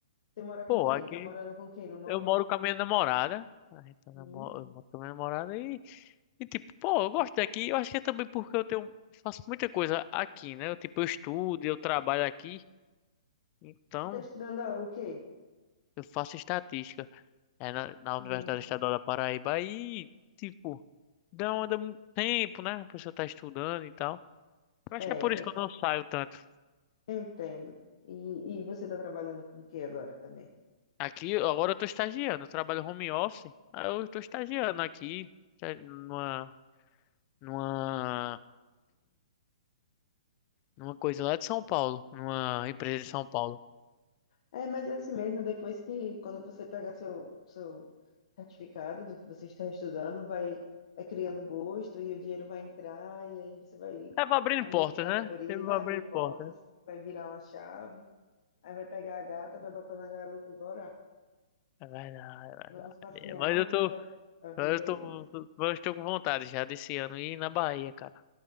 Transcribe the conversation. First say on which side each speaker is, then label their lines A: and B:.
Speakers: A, on the left; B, on the left.
A: Você mora com
B: Pô,
A: quem?
B: aqui
A: Tá morando com quem no momento?
B: eu moro com a minha namorada. A gente tá namo-
A: Hum?
B: Eu moro com a minha namorada e, e tipo, pô, eu gosto daqui. Eu acho que é também porque eu tenho, faço muita coisa aqui, né? Eu, tipo, eu estudo, eu trabalho aqui. Então,
A: Você tá estudando ah, o quê?
B: eu faço estatística é, na, na
A: Sim.
B: Universidade Estadual da Paraíba. E, tipo, dá um, dá um tempo, né? A pessoa tá estudando e tal. Eu
A: É,
B: acho que é por isso
A: é,
B: que eu não saio tanto.
A: eu entendo. E, e você tá trabalhando com o quê agora também?
B: Aqui, agora eu tô estagiando. Eu trabalho home office. Aí eu tô estagiando aqui, tá, numa, numa numa coisa lá de São Paulo, numa empresa de São Paulo.
A: É, mas é assim mesmo, depois que, quando você pegar seu, seu certificado do que você está estudando, vai, vai criando gosto e o dinheiro vai entrar, e aí você vai,
B: É, vai abrindo
A: a mente
B: porta,
A: vai
B: né?
A: abrir,
B: Sempre
A: vai
B: vai abrindo
A: abrir portas,
B: porta, né?
A: vai virar uma chave, aí vai pegar a gata, vai botar na garupa e bora,
B: É verdade, é verdade.
A: vamos passear,
B: É, Mas eu tô,
A: porque a, a vida
B: eu tô,
A: é isso.
B: eu estou com vontade já desse ano ir na Bahia, cara.